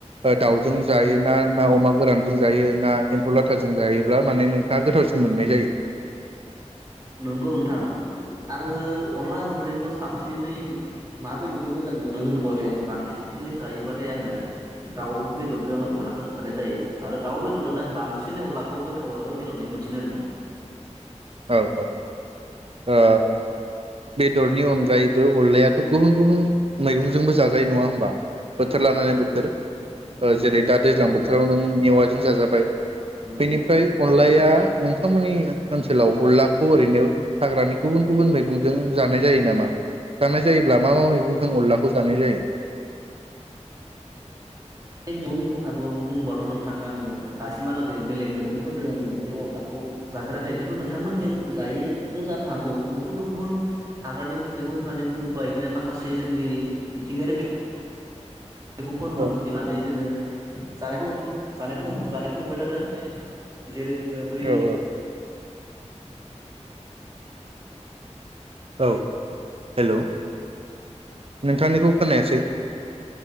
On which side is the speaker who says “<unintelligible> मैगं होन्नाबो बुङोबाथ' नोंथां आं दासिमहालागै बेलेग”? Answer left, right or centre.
Right